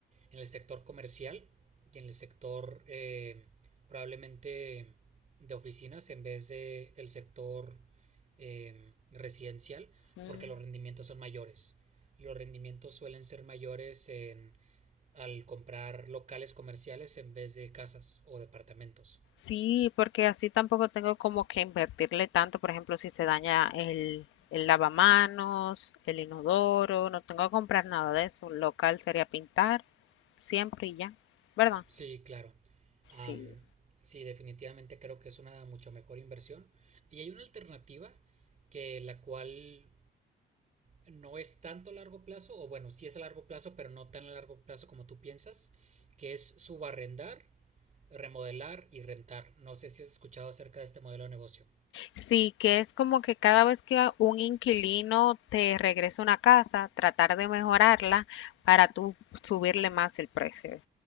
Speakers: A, on the right; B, on the left.
A: en el sector comercial y en el sector eh, probablemente de oficinas en vez de el sector eh, residencial,
B: Mm.
A: porque los rendimientos son mayores. Los rendimientos suelen ser mayores en, al comprar locales comerciales en vez de casas o departamentos.
B: Sí, porque así tampoco tengo como que invertirle tanto, por ejemplo, si se daña el, el lavamanos, el inodoro, no tengo que comprar nada de eso. Local sería pintar, siempre y ya, ¿verdad?
A: Sí, claro. Am,
B: Sí.
A: sí, definitivamente creo que es una mucho mejor inversión. Y hay una alternativa que la cual no es tanto a largo plazo, o bueno, sí es a largo plazo, pero no tan a largo plazo como tú piensas, que es subarrendar, remodelar y rentar. No sé si has escuchado acerca de este modelo de negocio.
B: Sí, que es como que cada vez que a- un inquilino te regresa una casa, tratar de mejorarla para tú subirle más el precio.